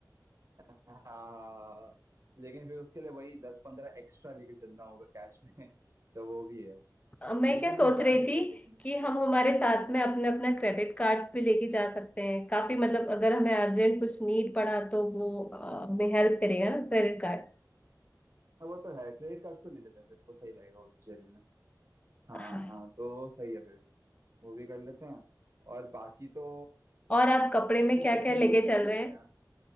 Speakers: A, on the right (about 40°); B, on the left (about 20°).
A: हाँ हाँ, हाँ। लेकिन फिर उसके लिए वही दस पंद्रह एक्स्ट्रा लेके चलना होगा कैश में <laughs> तो वो भी है
B: अ, मैं
A: लेकिन
B: क्या सोच
A: हम जा
B: रही
A: सकते
B: थी
A: हैं कैसीनो
B: कि
A: टू बी
B: हम
A: ऑनेस्ट
B: हमारे
A: मस्त
B: साथ में अपने अपना क्रेडिट कार्ड्स भी लेके जा सकते
A: है
B: हैं काफी मतलब अगर हमें अर्जेंट कुछ नीड पड़ा तो वो अ, हमें हेल्प करेगा ना क्रेडिट कार्ड
A: हाँ, वो तो है क्रेडिट कार्ड तो ले लेते हैं फिर तो सही रहेगा वो तो जेल में ना हाँ
B: हाँ
A: हाँ तो सही है फिर वो भी कर लेते हैं और बाकी तो
B: और आप कपड़े में
A: फिर
B: क्या
A: कैसीनो
B: क्या लेके
A: भी चल
B: चल
A: ही
B: रहे
A: लेते
B: हैं
A: हैं